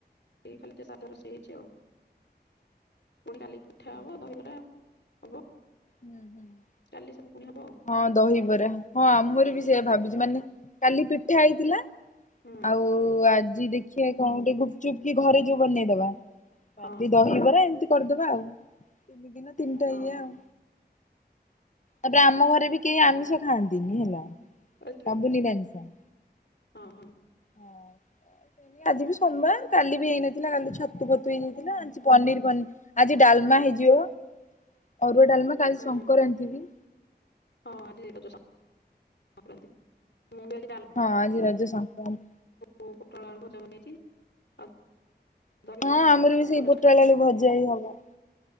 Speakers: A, on the left (about 80°); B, on the left (about 45°).
A: ଖାଲି ସାଧା ରୋଷେଇ ହେଇଛି ଆଉ ପୁଣି କାଲିକି ପିଠା
B: ଓହୋ।
A: ହବ, ଦହିବରା ହବ।
B: ହୁଁ ହୁଁ,
A: କାଲି ସବୁ ପୁଣି ହବ ଆଉ
B: ହଁ ଦହିବରା, ହଁ ଆମର ବି ବି ସେୟା ଭାବିଛି! ମାନେ କାଲି ପିଠା ହେଇଥିଲା,
A: ହୁଁ
B: ଆଉ ଆଜ୍ ଜି ଦେଖିବା କଣ ଗୋଟେ ଗୁପ୍ ଚୁପ୍ କି ଘରେ ଯୋଉ ବନେଇଦବା। କାଲି
A: ହଁ
B: ଦହିବରା ଏମତି କରିଦବା ଆଉ ତିନି ଦିନ ତିନିଟା
A: ହଁ
B: ଇଏ ଆଉ। ତାପରେ, ଆମ ଘରେ ବି କେହି ଆମିଷ ଖାଆନ୍ତିନି ହେଲା। ସବୁ
A: ଆଚ୍ଛା
B: ନିିରାମିଷ।
A: ହଁ, ହଁ।
B: ହଁ। ଆଜି ବି ସୋମବାର, କାଲି ବି ହେଇନଥିଲା। କାଲି ଛତୁ ଫତୁ ହେଇଯାଇଥିଲା, ଆଜି ପନିରି ଫନି, ଆଜି ଡାଲ ମା ହେଇଯିବ। ଅରୁଆ, ଡାଲମା କାଲି
A: ହୁଁ
B: ସଂକରାନ୍ତି ବି।
A: ହଁ, ଆଜି ରଜସଂ ସଂକ୍ରାନ୍ତି। ମୁଁ ବି ଆଜି
B: ହଁ, ଆଜି ରଜ ସଂକ୍ରାନ୍ତି।
A: ବୋଉ ପୋଟଳଆଳୁ ଭଜା ବନେଇଛି। ଆଉ ଦହିଣ୍ଡି
B: ହଁ,
A: ବନେଇ
B: ଆମର
A: ପାମ୍ପଡ଼
B: ବି ସେଇ ପୋଟଳଆଳୁ
A: ଛାଣିଥିଲି
B: ଭଜା ହି ହବ।